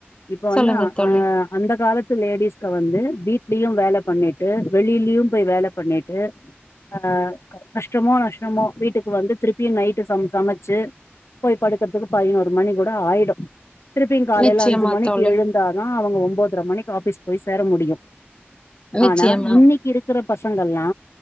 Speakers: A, on the left; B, on the left.
A: இப்ப
B: சொல்லுங்க
A: வந்து அ
B: தோழி
A: அ அந்த காலத்து லேடிஸ்க்கு வந்து வீ லியு வேல பண்ணிட்டு வெளிலியு போய் வேல பண்ணிட்டு அ கஷ்டமோ நஷ்டமோ வீட்டுக் கு வந்து திருப் பி நைட்டு சம் சமச்சு போய் படுக்கற்துக்கு பதினொரு மணி கூட ஆயிடு திருப்பியு காலேல
B: நிச்சயமா
A: அஞ்சு மணிக்கு
B: தோழி
A: எழுந்தாதா அவங்க உம்போத்ர மணிக்கு ஆஃபீஸ் போய் சேர முடியு
B: நிச்சயமா
A: ஆனா இன்னைக் இருக் கிற பசங்கள்லா